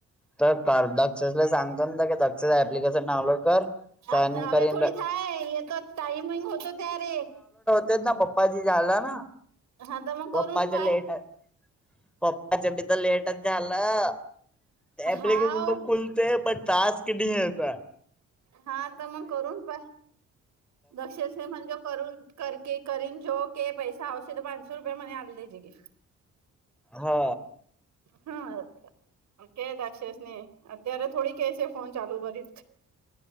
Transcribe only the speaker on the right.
तर
टाइमिंग होतो तर
हा तर मग
करून पाय
हाव
हा तर मग करून पा दक्ष म्हणजे कर करके करन जो क पैसा आ तर पाचसो रुपया मणे आव दजे के
हा छ के राक्षस न अतरथोडी केसे फोन चालू करी